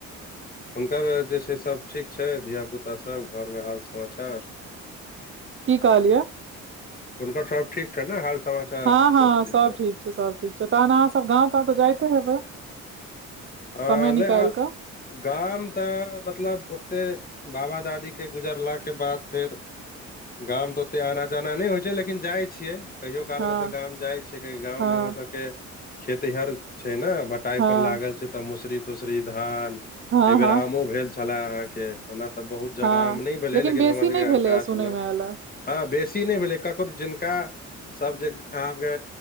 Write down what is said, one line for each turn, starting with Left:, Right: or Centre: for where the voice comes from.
Left: हुनकर जे छै सभ ठीक छै धियापुतासभ घरमे हाल समाचार
Right: की कहलियै
Left: हुनकर सब ठीक छ ने हाल समाचार
Right: हँ हँ
Left: सबचीज सब
Right: ठीक सब ठीक छै तहन अहाँ सब गाँव तऽ जाइते हेबै
Left: हँ
Right: समय निकालि
Left: ल
Right: कऽ
Left: गाम तऽ मतलब ओतेक बाबा दादीके गुजरलाके बाद फेर गाम तऽ ओते आना जाना नहि होइ छै लेकिन जाइ छियै कहियो काल
Right: हँ
Left: के तऽ गाँं जाय छियै गाँं
Right: हँ
Left: में हमर सबके खेत हर छै ने ब टाइ
Right: हँ
Left: पर लागल छै तऽ मसरी तूसरी धान
Right: हँ
Left: एहि बेेर
Right: हँ
Left: आमो भेल छले अहाँ के ओना तऽ बहुत जगह
Right: हँ
Left: आम नहि भेलै लेकिन
Right: बेसी
Left: हमरके
Right: नहि भेलैए
Left: गाछ
Right: सुनयमे
Left: मे
Right: एलए
Left: हँ बेसी नहि भेलै ककरो जिनका सभ जे अहाँके